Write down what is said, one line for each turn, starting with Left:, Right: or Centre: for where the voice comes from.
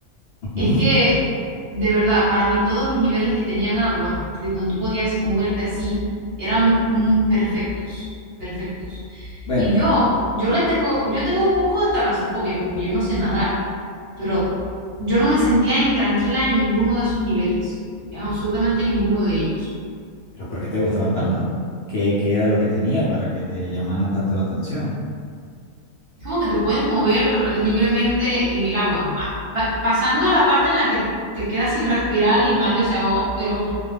Left: Ujú.
Right: es que de verdad, para mí todos los niveles que tenían agua, que donde tú podías moverte así, eran mm, perfectos, perfectos.
Left: Bueno,
Right: Y
Left: pero,
Right: yo, yo le tengo, yo tengo un poco de talasofobia porque yo no sé nadar, pero yo no me sentía intranquila en ninguno de esos niveles, en absolutamente ninguno de ellos.
Left: pero ¿por qué te gustaban tanto? ¿Qué, qué era lo que tenía para que te llamaran tanto la atención?
Right: Es como que te puedes mover libremente en el agua. Ah, pa- pasando a la parte en la que te quedas sin respirar y Mario se ahoga, pero